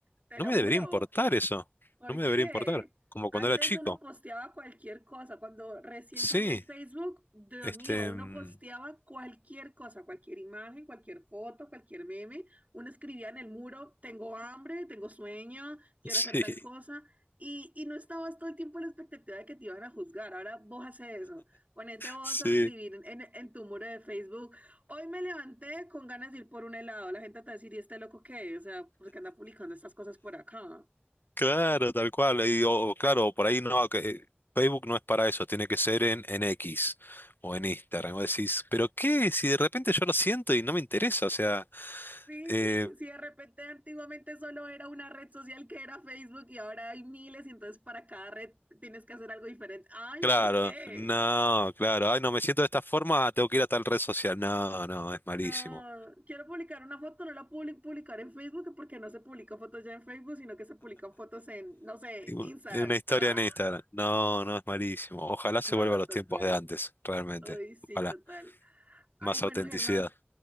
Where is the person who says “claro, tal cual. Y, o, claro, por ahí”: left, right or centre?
Left